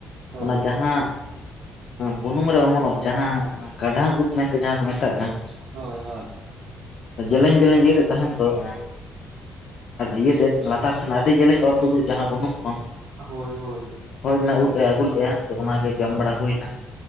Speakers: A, on the right; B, on the left.
A: ᱦᱳᱭ
B: ᱚᱱᱟ ᱡᱟᱦᱟᱸ ᱵᱩᱱᱩᱢ ᱨᱮ ᱚᱢᱚᱱᱚᱜ ᱡᱟᱦᱟᱸ ᱠᱟᱰᱟᱷᱟ ᱩᱫ ᱢᱮᱱᱛᱮ ᱡᱟᱦᱟᱸ ᱠᱚ ᱢᱮᱛᱟᱜ ᱠᱟᱱ
A: ᱦᱳᱭ ᱦᱳᱭ
B: ᱡᱮᱞᱮᱧ ᱡᱮᱞᱮᱧ ᱤᱭᱟᱹᱛᱮ ᱛᱟᱦᱮᱱ ᱫᱚ᱾ ᱮᱸᱻ ᱤᱭᱟᱹᱛᱮ ᱞᱟᱛᱟᱨ ᱥᱮᱱᱟᱜ ᱟᱹᱰᱤ ᱡᱮᱞᱧ ᱚᱨ ᱛᱩᱫᱩᱜ ᱡᱟᱦᱟᱸ ᱵᱩᱱᱩᱝ ᱠᱷᱚᱱ
A: ᱦᱳᱭ ᱦᱳᱭ
B: ᱦᱚᱭᱱᱟ ᱩᱫ ᱮ ᱟᱹᱜᱩᱞ ᱞᱮᱫᱼᱟ ᱟᱫᱚ ᱚᱱᱟᱜᱮ ᱡᱚᱢ ᱵᱟᱲᱟ ᱦᱩᱭᱱᱟ